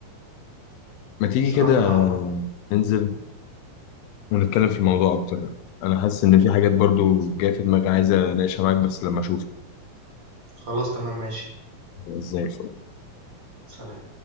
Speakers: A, on the left; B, on the right.
A: ما تيجي
B: صراحه
A: كده ننزل ونتكلم في الموضوع اكتر انا حاسس ان في حاجات برضو جايه في دماغي عايز اناقشها معاك بس لما اشوفك
B: خلاص تمام ماشي
A: زي الفل
B: سلام